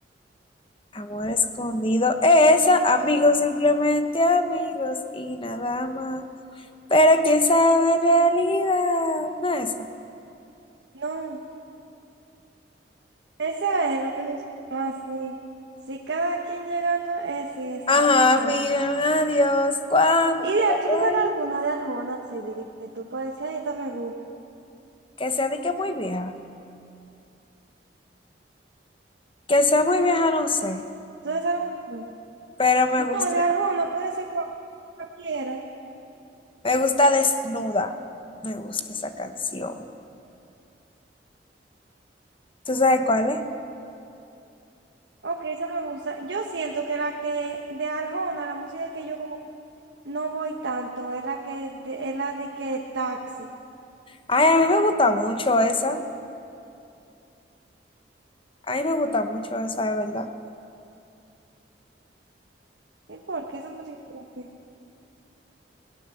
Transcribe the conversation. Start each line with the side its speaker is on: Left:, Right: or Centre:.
Left: Amor escondido. Esa, amigos, simplemente amigos y nada más. Pero quién sabe en realidad. No esa.
Right: No, esa es lo que sucede. Ah, sí. Si cada quien llegando, es sí, esa,
Left: Ajá,
Right: esa
Left: miren,
Right: es.
Left: adiós. ¿Cuánto?
Right: Y de, Ar- ¿tú te
Left: hay?
Right: sabes alguna de Arjona, así de que, que tú puedes decir, ay, esta me gusta?
Left: Que sea de que muy vieja. Que sea muy vieja, no sé.
Right: ¿Tú te sabes alguna?
Left: Pero me
Right: No,
Left: gusta,
Right: de Arjona puede ser cual- cualquiera.
Left: me gusta desnuda. Me gusta esa canción. ¿Tú sabes cuál es?
Right: Ok, esa me gusta. Yo siento que la que de Arjona, la música que yo como que no voy tanto, es la que de- es la de que taxi.
Left: Ay, a mí me gusta mucho esa. A mí me gusta mucho esa, de verdad.
Right: ¿Y por qué esa música? como que-